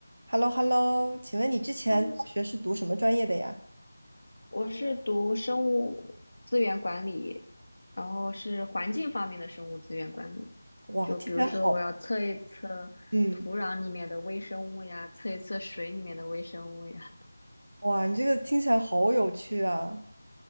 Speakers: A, on the right (about 70°); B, on the left (about 60°).
A: h e l l o h e l l o 请问你之前大学是读什么专业的呀？
B: 他们，我是读生物资源管理，然后是环境方面的生物资源管理。
A: 哇，
B: 就比如说，
A: 听起来好，
B: 我要测一测土壤里面的微生物呀，
A: 嗯，
B: 测一测水里面的微生物呀。
A: 哇，你这个听起来好有趣啊！